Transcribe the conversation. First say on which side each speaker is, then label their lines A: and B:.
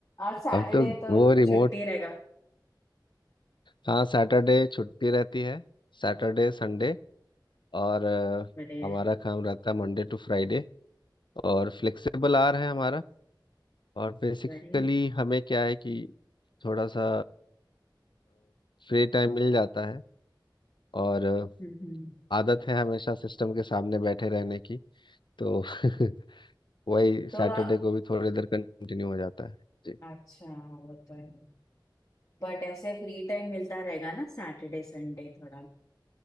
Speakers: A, on the left (about 40°); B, on the left (about 75°).
A: आज सैटरडे
B: अब तो
A: तो
B: वो
A: छुट्टी
B: रिमोट
A: रहेगा
B: हाँ सैटरडे छुट्टी रहती है सैटरडे संडे और अ,
A: बढ़िया
B: हमारा काम रहता है मंडे टू फ्राइडे और फ्लेक्सिबल आवर है हमारा और बेसिकली
A: बढ़िया
B: हमें क्या है कि थोड़ा सा फ्री टाइम मिल जाता है और अ,
A: हम्म हम्म।
B: आदत है हमेशा सिस्टम के सामने बैठे रहने की तो <laughs> वही
A: तो
B: सैटरडे
A: अ,
B: को भी थोड़ी देर कंटिन्यू हो जाता है जी
A: अच्छा वो तो है बट ऐसे फ्री टाइम मिलता रहेगा ना सैटरडे संडे थोड़ा